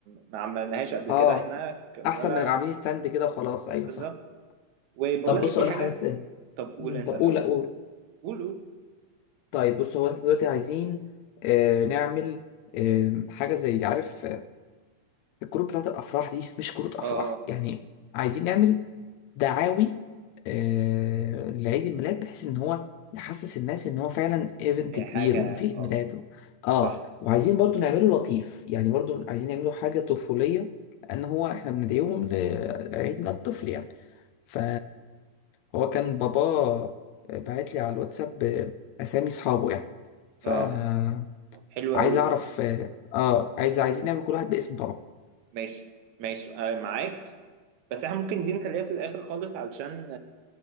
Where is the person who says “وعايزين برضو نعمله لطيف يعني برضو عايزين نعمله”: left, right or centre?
Left